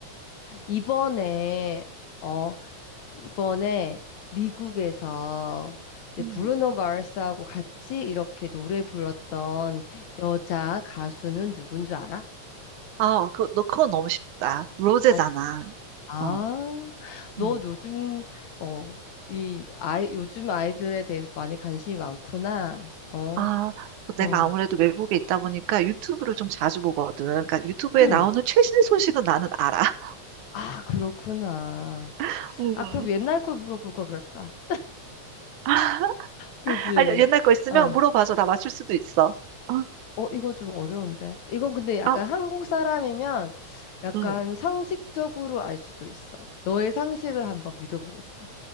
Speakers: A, on the left; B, on the right.
A: 이번에 어 이번에 미국에서 이제
B: 음.
A: 브루노 마르스하고 같이 이렇게 노래 불렀던 여자 가수는 누군 줄 알아?
B: 아, 그, 너 그건 너무 쉽다. 로제잖아.
A: 아, 진- 아,
B: 어,
A: 너
B: 음.
A: 요즘 어, 이 아이 요즘 아이들에 대해서 많이 관심이 많구나. 어,
B: 아, 내가
A: 어,
B: 아무래도 외국에 있다 보니까 유튜브를 좀 자주 보거든. 그러니까 유튜브에
A: 응.
B: 나오는 최신 소식은 나는 알아.
A: 아, 그렇구나.
B: <laughs> 음.
A: 아, 그럼 옛날 걸 물어볼 걸 그랬다.
B: <laughs>
A: 그지?
B: 아니, 옛날 거 있으면
A: 어,
B: 물어봐줘. 나 맞출 수도 있어. 어?
A: 어, 이거 좀 어려운데. 이건 근데 약간
B: 아,
A: 한국 사람이면 약간
B: 응.
A: 상식적으로 알 수도 있어. 너의 상식을 한번 믿어보겠어.